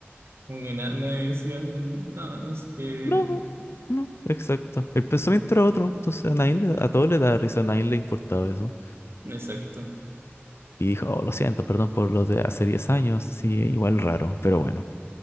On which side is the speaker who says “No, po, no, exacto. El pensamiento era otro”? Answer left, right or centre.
Left